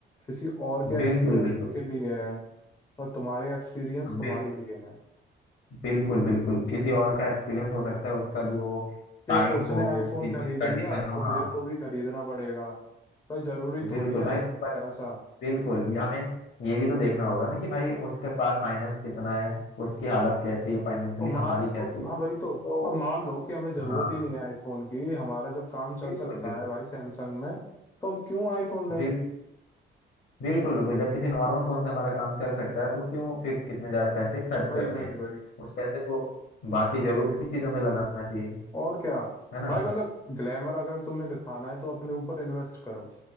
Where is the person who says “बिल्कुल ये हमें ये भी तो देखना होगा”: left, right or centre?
Left